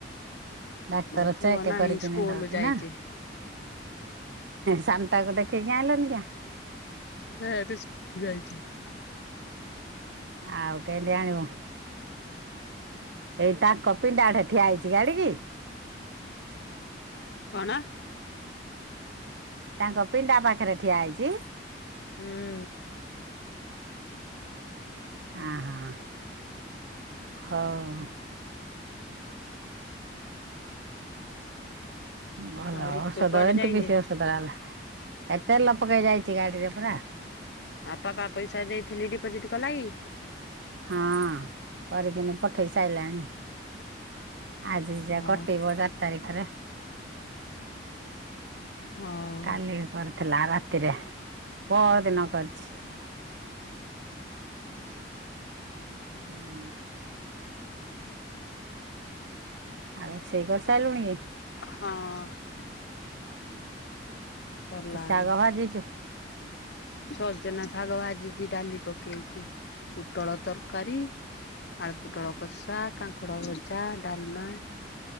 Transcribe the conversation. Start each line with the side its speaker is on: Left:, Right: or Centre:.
Right: ଡାକ୍ତର
Left: ମୋ ପୁଅ
Right: ଚେକ
Left: ନାହିଁ
Right: କରିକିନୁ
Left: ସ୍କୁଲ
Right: ଦଉଚି
Left: ଯାଇଚି।
Right: ନା ସାନଟାକୁ ଦେଖେଇକି ଆଇଲନିିକ
Left: ନାଇ ଏଟା ସ୍କୁଲ ଯାଇଛି
Right: ଆଉ କେନ୍ତି ଆଣିବୁ ଏଇ ତାଙ୍କ ପିଣ୍ଡା ଆଡ଼େ ଠିଆ ହେଇଛି ଗାଡିକ କି?
Left: କଣ
Right: ତାଙ୍କ ପିଣ୍ଡା ପାଖରେ ଠିଆ ହେଇଛି
Left: ହୁଁ
Right: ଆଁ ହ ହଉ ଭଲ
Left: ଆଉ ରିତୁ
Right: ଔଷଧ
Left: କୁଆଡେ
Right: ଏ
Left: ଯାଇଚି?
Right: ପିସି ଔଷଧ ହେଲା ଏତେ ଲ ପକେଇ ଯାଇଛି ଗାଡିରେ ପରା
Left: ଆଉ ବାପ ପଇସା ଦେଇଥିଲି ଡିପୋଜିଟ କଲା କି?
Right: ହଁ କରିକିନି ପଠେଇ ସାରିଲାଣି। ଆଜି ଯ ଯ
Left: ହଁ
Right: କଟେଇବ ଚାରି ତାରିଖରେ
Left: ହଉ।
Right: କଲି କରିଥିଲା ରାତିରେ ପହର ଦିନ କରିଛି ହୁଁ ଆଉ ରୁସେଇ କରିସାରିଲୁଣି କି?
Left: ହଁ କରିଲଣିି
Right: କି ଶାଗ ଭାଜିଛୁ
Left: ସଜନା ଶାଗ ଭାଜିଛି ଡାଲି ପକେଇକି ପୋଟଳ ତରକାରୀ। ଆଳୁପୁଟଳକଷା, କାଙ୍କଡଭଜା, ଡାଲମା